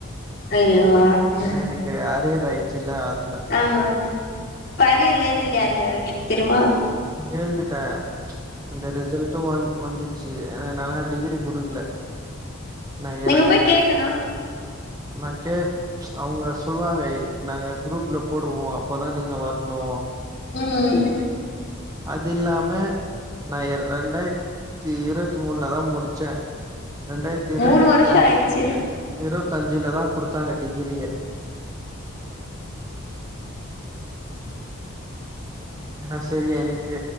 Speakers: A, on the left (about 50°); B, on the right (about 15°).
A: அய்யோ ம்
B: ஏன்னா எனக்கு அரியர் ஆயிடுச்சுல்ல அ
A: ஆமாங் இப்ப அரியர் <unintelligible> கிடும்மா
B: எழ்திட்ட அந்த ரிசல்ட்டு வந் வந்துச்சு ஏன்னா என்னால டிகிரி குடுக்கல நா இர
A: நீங்க போய்
B: ஆ
A: கேக்கனு
B: நா கே அவுங்க சொல்லுவாங்க இ நாங்க குரூப்ல போடுவோ அப்பதா நீங்க வர்ணு
A: ம் ம்
B: அதுயில்லாம நா இர் ரெண்டாயி த்தி இருவத் மூணுலதா முடிச்சே ரெண்டாயிரத்தி இருவத்தி
A: மூணு வருஷோ
B: அஞ்சு
A: ஆயிடுச்சு
B: இரு பத்தஞ்சுலதா குடுத்தாங்க டிகிரியே ஏனா செரி எனக்கு